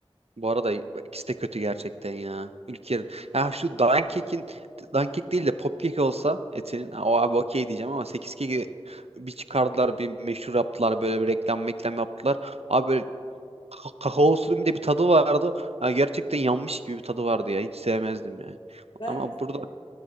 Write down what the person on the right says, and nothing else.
Bu arada ikisi de kötü gerçekten ya. Ülker'in. Ya şu Duncake'in Dunkek değil de Popkek olsa etinin. ha, O abi okey diyeceğim ama 8 keki bir çıkardılar bir meşhur yaptılar böyle bir reklam meklam yaptılar. Abi böyle ka- kakaolusunun bir de bir tadı vardı. Ya gerçekten yanmış gibi bir tadı vardı ya. Hiç sevmezdim yani.
Ama
burada